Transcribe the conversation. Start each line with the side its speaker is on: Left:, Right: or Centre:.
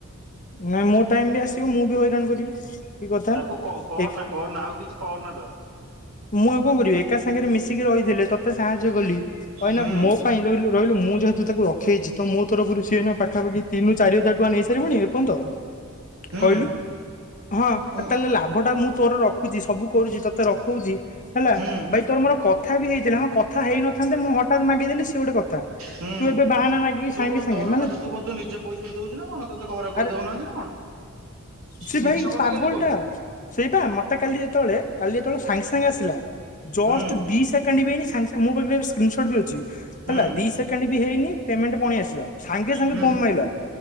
Left: ନାଇଁ ମୋ ଟାଇମି ବି ଆସିବ ମୁଁ ବି ହଇରାଣ କରିବି। କି କଥା
Right: ତାକୁ କରନା
Left: ଏକ
Right: କରନା ଆଉ କିଛି କରନା ତାର
Left: ମୁଁ ଆଉ କଣ କରିବି ଏକା ସାଙ୍ଗରେ ମିଶିକି ରହିଥିଲେ ତ ତତେ ସାହାଯ୍ୟ କଲି କହଲାନା
Right: ହୁଁ
Left: ମୋ ପାଇଁ ରହିଲୁ ରହିଲୁ ମୁଁ ଯେହେତୁ ତାକୁ ରଖେଇଛି ତ ମୋ ତରଫରୁ ସିଏ ପାଖାପାଖି ତିନିରୁ ଜଚାରିଜାର ଟଙ୍କା ନେଇ ସାରିବନି ଏପଯ୍ୟ ତ।
Right: ହୁଁ
Left: କହିଲୁ ହଁ ଆ
Right: ହୁଁ
Left: ତାହେଲେ ଲାଭ ଲାଭଟା ମୁଁ ତୋର ରଖୁଛି ସବୁ କରୁଛି ତୋତେ ରଖୂଉଛି। ହେଲା
Right: ହୁଁ
Left: ଭାଇ ତୋର ମୋର କଥା ବି ହେଇଥିଲା ହଁ କଥା ହେଇନଥାନ୍ତେ ମୁଁ ହଠାତ୍ ମାଗିଦେଲି ସି ଗୋଟେ କଥା।
Right: ହୁଁ
Left: ତୁ ଏବେ ବାହାନା ମାଗିକି
Right: ତୁ
Left: ସାଙ୍ଗେ
Right: କଣ
Left: ସାଙ୍ଗେ
Right: ଦରମାଟ
Left: ମାନେ
Right: ତୁ କହଁତୋ ନିଜ ପଇସା ରେ ଦଉୁ ନା କଣ ତୋତେ କଣ ଘରେ କହିଦଉନାହାନ୍ତି
Left: ଆରେ
Right: ନା କଣ।
Left: ସେ
Right: ମିଛ
Left: ଭାଇ
Right: କଥା
Left: ପାଗଳ
Right: ଖାଲି କହୁଛୁ
Left: ଟା। ସେଇ ବା ମତେ କାଲି ଯେତେବେଳେ କାଲି ଯେତେବେଳେ ସାଙ୍ଗେ ସାଙ୍ଗେ ଆସିଲା ଜଷ୍ଟ
Right: ହୁଁ
Left: ଦି ସେ ସେକେଣ୍ଡ ବି ହେଇନି ସାଙ୍ଗ ସାଙ୍ଗ ମୋ ପାଖରେ ସ୍କ୍ରିିନସଟ୍ ବି ଅଛି
Right: ହୁଁ
Left: ହେଲା ଦିଇ ସେକଣ୍ଡ ବି ହେଇନି ପେମେଣ୍ଟ ପୁଣି ଆସିଲା। ସାଙ୍ଗେ ସାଙ୍ଗେ
Right: ହୁଁ
Left: ଫୋନ ମାଇଲା